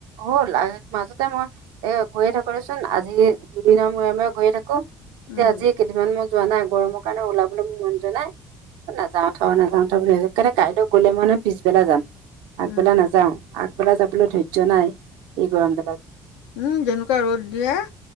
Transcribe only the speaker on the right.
হ'ল মাজতে মই এ গৈয়ে থাকো দেচোন আজি দুদিনৰ মূৰে মূৰে গৈয়ে থাকো এতিয়া
আজি যিমান মই যোৱা নাই গৰমৰ কাৰণে ওলাবলৈ মোৰ মন যোৱা নাই। নাযাও থ নাযাওঁ থ বুলি কাইলৈ গ'লে মানে পিছবেলা যাম। আগবেলা
নাযাওঁ আগবেলা যাবলৈ ধৈৰ্য্য নাই এই গৰমডালত।